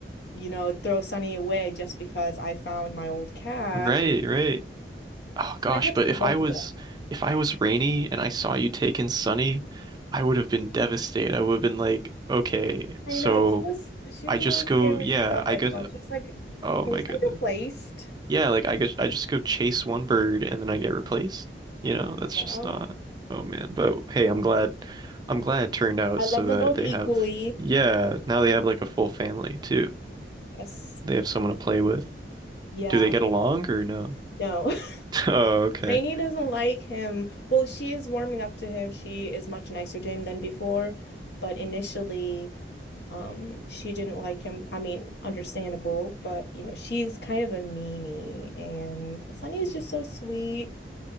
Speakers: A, on the left; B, on the right.
A: you know, throw Sunny away just because I found my old cat.
B: Right, right. Oh gosh,
A: So I had
B: but
A: to keep
B: if
A: both
B: I was
A: of them.
B: if I was Rainy and I saw you take in Sunny, I would have been devastated. I would have been like, okay,
A: I
B: so
A: know she was she
B: I
A: was
B: just
A: a little
B: go,
A: scared when
B: yeah,
A: she got
B: I
A: that
B: guess
A: phone. She's like,
B: oh
A: was
B: my goodness.
A: I replaced?
B: Yeah, like I guess I just go chase one bird and then I get replaced. You know, that's
A: Yeah.
B: just not oh man. But hey, I'm glad I'm glad it turned out
A: I
B: so
A: love them
B: that
A: both
B: they
A: equally.
B: have yeah, now they have like a full family too.
A: Yes.
B: They have someone to play with.
A: Yeah.
B: Do they get
A: It's
B: along or no? <laughs>
A: no. <laughs>
B: Oh, okay.
A: Rainy doesn't like him. Well, she is warming up to him. She is much nicer to him than before, but initially Um, she didn't like him. I mean, understandable, but you know, she's kind of a meanie and Sunny is just so sweet,